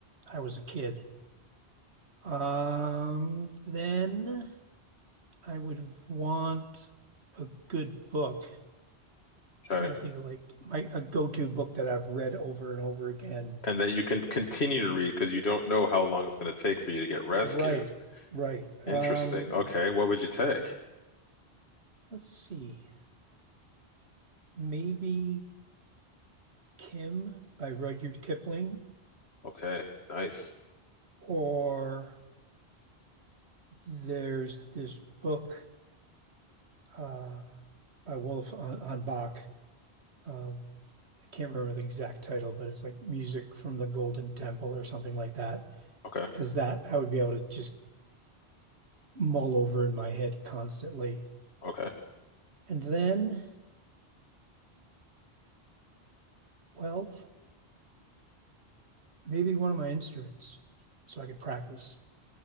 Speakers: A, on the right; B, on the left.
A: I was a kid. Um, then I would want a good book. trying
B: Okay,
A: to think of like my a go-to book that I've read over and over again.
B: and that you can continue to read because you don't know how long it's going to take for you to get rescued.
A: Right, right.
B: Interesting.
A: Um,
B: Okay, what would you take?
A: let's see. Maybe Kim by Rudyard Kipling,
B: Okay, nice.
A: or there's this book uh by Wolf on, on Bach. Uh, I can't remember the exact title, but it's like music from the Golden Temple or something like that.
B: Okay.
A: Because that I would be able to just mull over in my head constantly.
B: Okay.
A: And then, well, maybe one of my instruments, so I could practice.